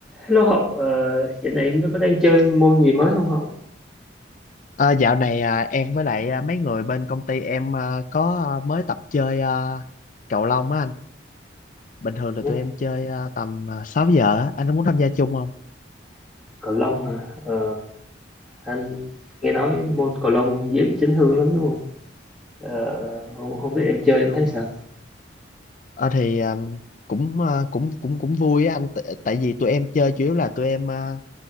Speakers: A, in the centre; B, on the left (about 40°).
A: Hello Hậu, ờ, dạo này em có đang chơi môn gì mới không Hậu?
B: À, dạo này à, em với lại à, mấy người bên công ty em à, có à, mới tập chơi à, cầu lông á anh. Bình thường là
A: Nhé,
B: tụi em chơi à, tầm à, 6 giờ á. Anh có muốn tham gia chung không?
A: cầu lông hả? Ờ, anh nghe nói môn cầu lông dễ bị chấn thương lắm đúng không? Ờ, không, không biết em chơi em
B: đúng
A: thấy sao?
B: rồi Ờ thì à, cũng à, cũng cũng cũng vui á anh. T- tại vì tụi em chơi chủ yếu là tụi em à,